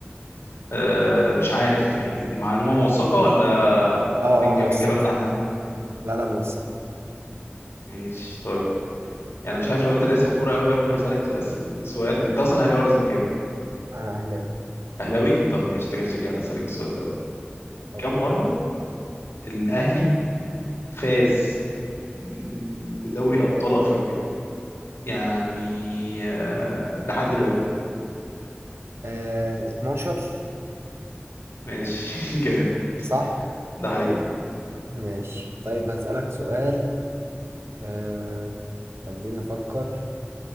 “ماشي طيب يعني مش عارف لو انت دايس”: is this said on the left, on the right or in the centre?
Left